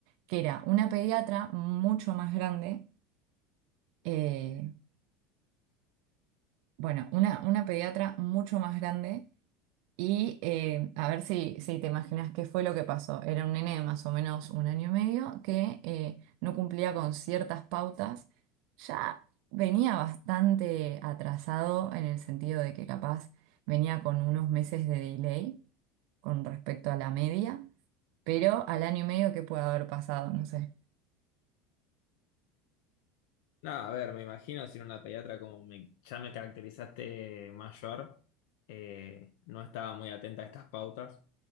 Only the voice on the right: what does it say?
que era una pediatra mucho más grande, eh, bueno, una, una pediatra mucho más grande y eh, a ver si, si te imaginas qué fue lo que pasó. Era un nene de más o menos un año y medio que eh, no cumplía con ciertas pautas, ya venía bastante atrasado en el sentido de que capaz venía con unos meses de delay con respecto a la media. pero al año y medio, ¿qué puede haber pasado? No sé.